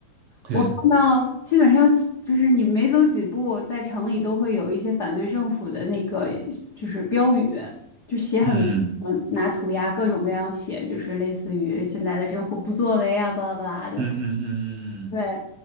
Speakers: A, on the right (about 70°); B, on the left (about 85°).
A: 对，
B: 我看到基本上就是你每走几步，在城里都会有一些反对政府的那个就是标语，就写很多，
A: 嗯
B: 拿涂鸦各种各样写，就是类似于现在的政府不作为啊，巴拉巴拉的。
A: 嗯嗯嗯嗯嗯，
B: 对，